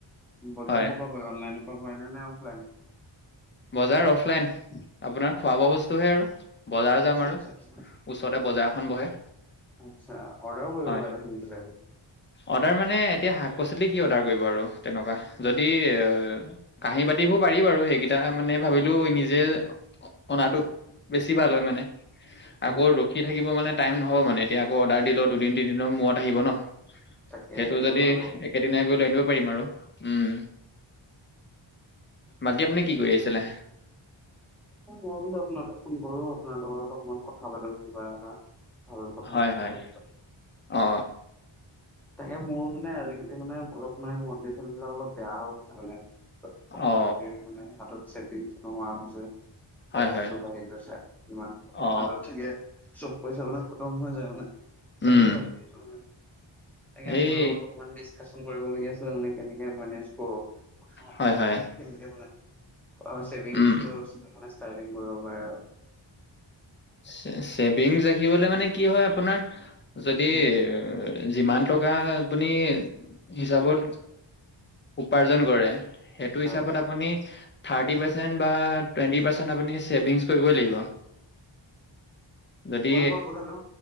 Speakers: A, in the centre; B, on the left.
A: বজাৰ
B: হয়
A: ক'ৰ পৰা কৰা, অনলাইনৰ পৰা কৰা নে নে অফলাইন?
B: বজাৰ অফলাইন, আপোনাৰ খোৱা বোৱা বস্তু হে আৰু, বজাৰ
A: আচ্ছা,
B: যাম আৰু।
A: আচ্ছা, আচ্ছা।
B: ওচৰতে বজাৰখন বহে।
A: আচ্ছা, অৰ্ডাৰও কৰিব
B: হয়
A: পাৰে দেখোন
B: অৰ্ডাৰ মানে এতিয়া শাক পাচলি কি অৰ্ডাৰ কৰিব আৰু, তেনেকুৱা, যদি এ কাঁহী বাতিবোৰ পাৰি বাৰু, সেইকেইটা মানে ভাবিলোঁ নিজে অনাটো বেছি ভাল হয় মানে,
A: উম,
B: আকৌ ৰখি থাকিব মানে, টাইম নহ'ব মানে এতিয়া আকৌ অৰ্ডাৰ দিলেওঁ দুদিন তিনিদনৰ মূৰত আহিব ন'।
A: তাকে
B: সেইটো যদি
A: হয় বাৰু।
B: একেদিনাই গৈ লৈ নিব পাৰিম আৰু, উম। বাকী আপুনি কি কৰি আছিলে?
A: মই বোলো আপোনাক এটা ফোন কৰো, আপোনাৰ লগত অকমান কথা পাতো কিবা এটা। ভাল কথা
B: হয়,
A: এটা
B: হয়,
A: পাতো বোলো।
B: অ'।
A: তাকে মোৰ মানে আজিকালি মানে অলপ মানে কণ্ডিচন বিলাক অলপ বেয়া হৈ গৈছে মানে। পইচা
B: অ
A: পাতি মানে হাতত চেভিং নোহোৱা হৈছে।
B: হয়
A: খৰচটো
B: হয়
A: বাঢ়ি গৈছে, ইমান
B: অ
A: হাতত চাগে সব পইচা মানে খতম হৈ যায় মানে, তাকে
B: উম
A: ভাবি আছো মানে। তাকে আপোনাৰ
B: এই
A: লগত অকমান ডিচকাচন কৰিবলগীয়া আছিলে, মানে কেনেকে মেনেজ কৰোঁ?
B: হয় হয়
A: <unintelligible> ছেভিংছটো
B: উম
A: মানে ষ্টাৰ্টিং কৰিব পাৰে আৰু।
B: ছে-ছেভিংছ ৰাখিবলে মানে কি হয় আপোনাৰ যদি
A: উম,
B: যিমান টকা আপুনি হিচাপত উপাৰ্জন কৰে, সেইটো
A: হয়।
B: হিচাপত আপ আপুনি থাৰ্টি পাৰ্চেণ্ট বা টুৱেন্টি পাৰ্চেণ্ট আপুনি ছেভিংছ কৰিবই লাগিব। যদি
A: হয় বাৰু কথাটো।